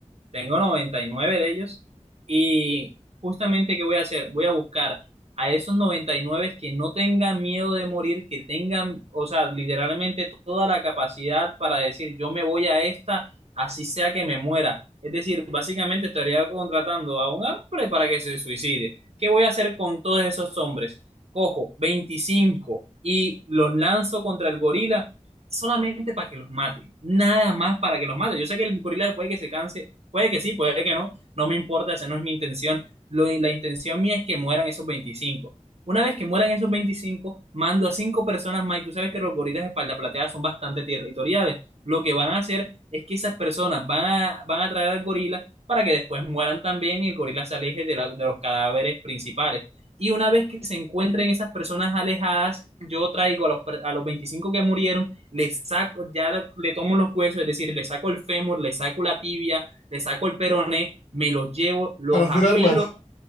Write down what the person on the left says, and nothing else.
Para hacer
armas.